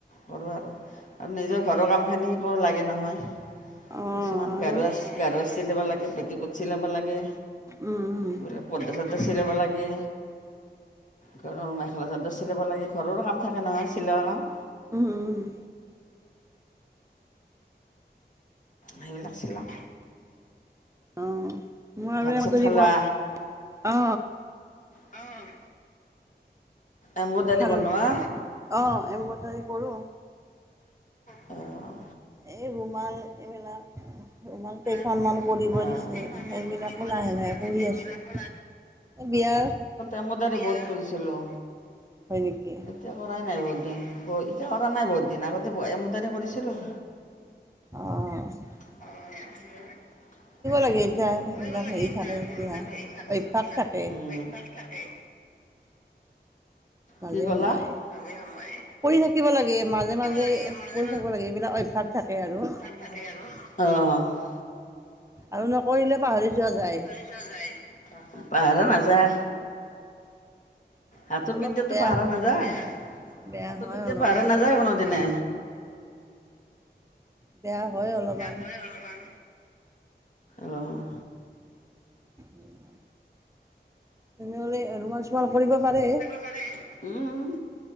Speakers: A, on the left; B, on the right.
A: কৰো আৰু। আৰু নিজৰ ঘৰৰ কামখিনি একো লাগে নহয়
B: অ
A: কিছুমান
B: আৰু
A: গা - গাৰুৱ চিলিব লাগে পেটিকট চিলাব লাগে
B: উম
A: এইবিলাক পৰ্দা সৰ্দা চিলাব লাগে। ঘৰৰ মেখেলা চাদৰ চিলাব লাগে ঘৰৰো কাম থাকে নহয় চিলোৱা কাম।
B: উম - উম।
A: সেইবিলাক চিলাম।
B: অ, মই আৰু
A: ভাত
B: এ
A: চাত
B: যদি
A: খালা
B: কোৱা অ,
A: অ', এম্বুডাৰি
B: খালোঁ
A: বনোৱা।
B: অ, এম্বুডাৰী কৰো।
A: অ',
B: এই ৰুমাল এইবিলাক ৰুমাল কেইখনমান
A: অঁ
B: কৰিব
A: সেইখন
B: দি সেইবিলাকো
A: মান কৰিব দিছে
B: লাহে - লাহে কৰি
A: সেইবিলাকো
B: আছো। বিয়াৰ
A: এম্বুডাৰী বহুত কৰিছিলোঁ।
B: হয় নেকি?
A: এতিয়া কৰাই নাই বহুত দিন ব এতিয়া কৰা নাই বহুত দিন আগতে এম্বুডাৰী কৰিছিলোঁ।
B: অ',
A: অ', অ', কৰিব
B: লাগে এতিয়া
A: লাগে
B: সেইবিলাক
A: এতিয়া
B: হেৰি থাকে
A: আ,
B: তেতিয়া
A: হেৰি
B: অভ্যাস
A: চালো
B: থাকে
A: এতিয়া থাকে
B: মাজে
A: কি ক'লা
B: সময়ে।
A: মাজে সময়ে
B: কৰি থাকিব লাগে মাজে-মাজে
A: লাগে মাজে
B: কৰি থাকিব লাগে, এইবিলাক অভ্যাস থাকে আৰু।
A: তাকে আৰু, অ'।
B: আৰু নকৰিলে পাহৰি যোৱা যায়।
A: <unintelligible> পাহৰা নাযায়। হাতৰ
B: অলপ
A: বিদ্যাতো
B: বেয়া
A: পাহৰা নাযায়,
B: বেয়া
A: হাতৰ
B: হয়
A: বিদ্যাত
B: অলপমান
A: পাহৰা নাযায় কোনোদিনে।
B: বেয়া হয় অলপমান
A: হয় অলপমান। অ'।
B: <unintelligible> তেনেহৰে ৰুমাল-চোমাল কৰিব পাৰে।
A: উম,